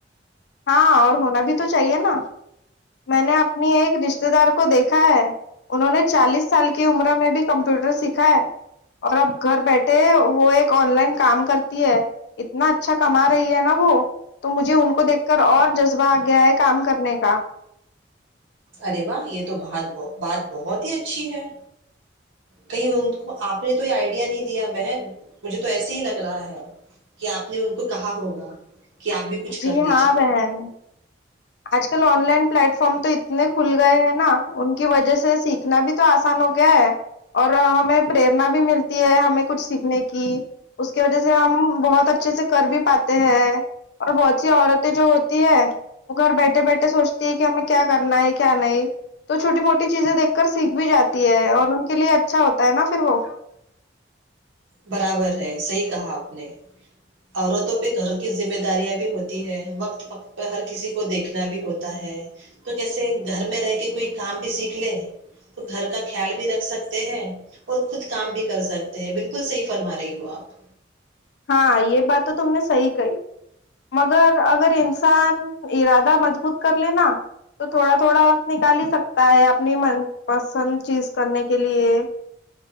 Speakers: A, on the left; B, on the right.
A: ہاں اور ہونا بھی تو چاہیے نا میں نے اپنی ایک رشتے دار کو دیکھا ہے انہوں نے چالیس سال کی عمر میں بھی کمپیوٹر سیکھا ہے اور اب گھر بیٹھے وہ ایک آن لائن کام کرتی ہے اتنا اچھا کما رہی ہے نا وہ تو مجھے ان کو دیکھ کر اور جذبہ آ گیا ہے کام کرنے کا
B: ارے واہ یہ تو بات بات بہت ہی اچھی ہے کہیں ان کو آپ نے تو آئیڈیا نہیں دیا بہن مجھے تو ایسے ہی لگ رہا ہے کہ آپ نے ان کو کہا ہوگا کہ آپ بھی کچھ کر
A: جی
B: لیجیے
A: ہاں بہن آج کل آن لائن پلیٹ فارم تو اتنے کھل گئے ہیں نا ان کی وجہ سے سیکھنا بھی تو آسان ہو گیا ہے اور ہمیں پرریرنا بھی ملتی ہے ہمیں کچھ سیکھنے کی اس کی وجہ سے ہم بہت اچھے سے کر بھی پاتے ہیں اور بہت سی عورتیں جو ہوتی ہے وہ گھر بیٹھے بیٹھے سوچتی ہے کہ ہمیں کیا کرنا ہے کیا نہیں تو چھوٹی موٹی چیزیں دیکھ کر سیکھ بھی جاتی ہے اور ان کے لیے اچھا ہوتا ہے نا پھر وہ
B: برابر ہے صحیح کہا آپ نے عورتوں پہ گھر کی ذمہ داریاں بھی ہوتی ہے وقت وقت پہ ہر کسی کو دیکھنا بھی ہوتا ہے تو کیسے گھر میں رہ کے کوئی کام بھی سیکھ لے تو گھر کا خیال بھی رکھ سکتے ہیں اور خود کام بھی کر سکتے ہیں بالکل بالکل صحیح فرما رہی ہو آپ
A: ہاں یہ بات تو تم نے صحی کہی مگر اگر انسان ارادہ مضبوط کر لےینا تو تھوڑا تھوڑا وقت نکال ہی سکتا ہے اپنی من پسند چیز کرنے کے لیے